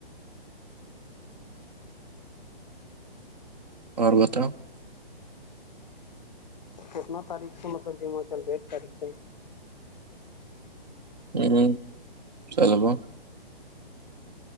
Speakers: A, on the right; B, on the left.
A: اور بتاؤ <unintelligible>
B: کتنا تاریخ سے مطلب جمہ چل رہا ہے ایک تاریخ سے
A: <unintelligible>